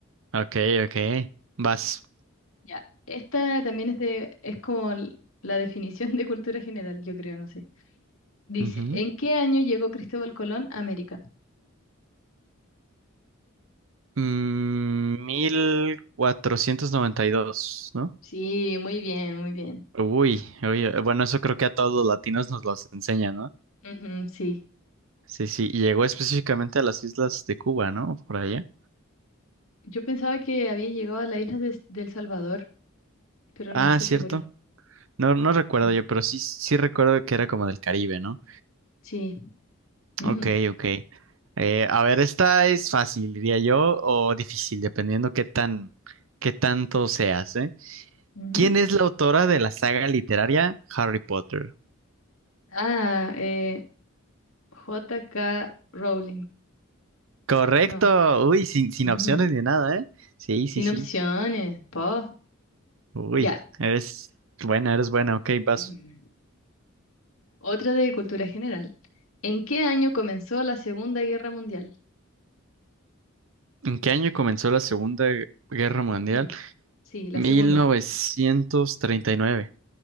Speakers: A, on the right; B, on the left.
A: Ok, ok, vas.
B: Ya. Esta también es de, es como l- la definición de cultura general, yo creo, no sé. Dice,
A: Ujú.
B: ¿en qué año llegó Cristóbal Colón a América?
A: Mm, 1492, ¿no?
B: Sí, muy bien, muy bien.
A: Uy, uy, bueno, eso creo que a todos los latinos nos los enseñan,
B: Ujú, sí.
A: Sí, sí, y llegó específicamente a las islas de Cuba, ¿no? Por allá.
B: Yo pensaba que había llegado a la isla de, del Salvador, pero
A: Ah,
B: no estoy
A: cierto.
B: segura.
A: No, no recuerdo
B: Sí.
A: yo, pero sí, sí recuerdo que era como del Caribe, ¿no?
B: Sí. Ujú,
A: Ok, ok. Eh, a ver, esta es fácil, diría yo, o difícil, dependiendo qué tan, qué tanto seas, ¿eh?
B: ujú.
A: ¿Quién es la autora de la saga literaria Harry Potter?
B: Ah, eh, J K. Rowling.
A: Correcto.
B: No.
A: Uy, sin, sin
B: ujú.
A: opciones ni nada, ¿eh? Sí,
B: Sin
A: sí, sí.
B: opciones. Po.
A: Uy,
B: Ya.
A: eres buena, eres buena. Ok, vas.
B: Ujú. Otra de cultura general. ¿En qué año comenzó la Segunda Guerra Mundial?
A: ¿En qué año comenzó la Segunda Guerra Mundial?
B: Ujú. Sí, la
A: 1939.
B: segunda.